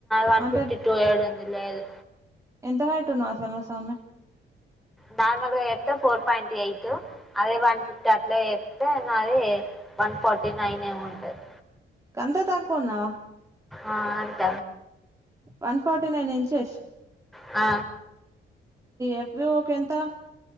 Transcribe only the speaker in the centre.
వన్
ఫిఫ్టీ టు ఏడుంది లేదు
నార్మల్ గా చెప్తే ఫోర్ పాయింట్ ఎయిట్ అదే వన్ ఫిఫ్టీ అట్లా చెప్తే నాది వన్ ఫార్టీ నైన్ ఏమో ఉంటాది
ఆ అంట
ఆ